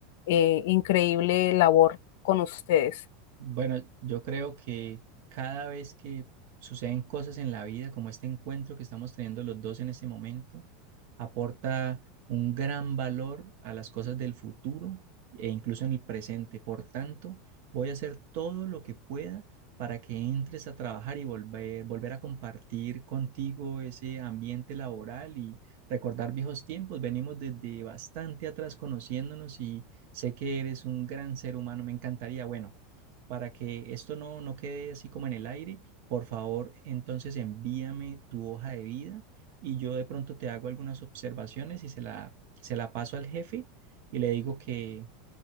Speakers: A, on the left; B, on the right.
A: eh, increíble labor con ustedes.
B: Bueno, yo creo que cada vez que suceden cosas en la vida, como este encuentro que estamos teniendo los dos en este momento, aporta un gran valor a las cosas del futuro e incluso en el presente. Por tanto, voy a hacer todo lo que pueda para que entres a trabajar y volver, volver a compartir contigo ese ambiente laboral y recordar viejos tiempos. Venimos desde bastante atrás conociéndonos y sé que eres un gran ser humano. Me encantaría, bueno para que esto no, no quede así como en el aire, por favor, entonces envíame tu hoja de vida y yo de pronto te hago algunas observaciones y se la, se la paso al jefe y le digo que